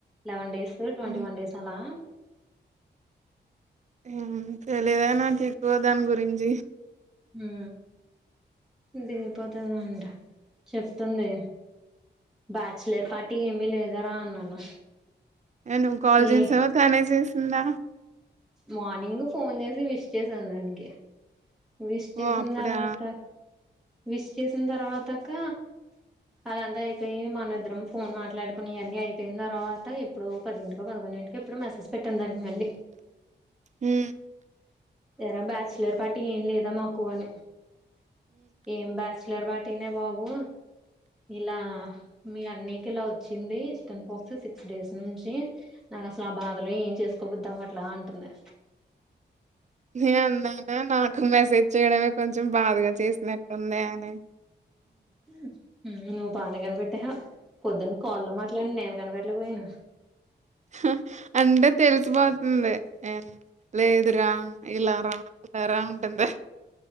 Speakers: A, in the centre; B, on the right.
A: లవెన్ డేస్ ట్వంటీ
B: హ్మ్.
A: వన్ డేస్ అలా
B: హు తెలిదా నాకు ఎక్కువ దాని గురించి
A: హూ దగిపోతుందా అంట చెప్తుంది. బ్యాచలర్ పార్టీ ఏమి లేదు దరా అన్నాను
B: నువ్వు కాల్
A: ఈ
B: చేసావా తనే చేసి సింద
A: మార్నింగ్ ఫోన్ చేసి విష్ చేసాను దానికి విష్ చేసిన
B: ఓ అప్పుడా
A: తర్వాత విష్ చేసిన తర్వాత అక్క అదంతా అయి మనిద్దరం ఫోన్ మాట్లాడుకుని అన్నీ అయిపోయిన తర్వాత ఎప్పుడు పదింటికో పదకొండు గంటంటికి ఎప్పుడడు మెసేజ్ పెట్టిందట మళ్ళీ
B: హు
A: ఎర బ్యాచులర్ పార్ టి ఏం లేదా మాకు అని ఏం బ్యాచలర్ వా తిన బాబు ఇలా మీ అన్ని ఇలా వచ్చింది చికెన్ పోక్స్ సిక్స్ డేస్ నుంచి నాకు అసలు ఆ బాధలు ఏం చేసుకోబద్దాం అట్లా అంటుంది.
B: న అన్నాను నాకు మెసేజ్ చేయడమే కొంచెం బాధగా చేసినట్టు ఉంది అని
A: హ నువు బానే కనపెట్టే పొద్దున్న కాల్లో మాట్లాడి నేను కనబట్లేక పోయినను
B: హా అంటే తెలిసిపోతుంది. లేదురా ఇలారా ఇలా రా అంటుంది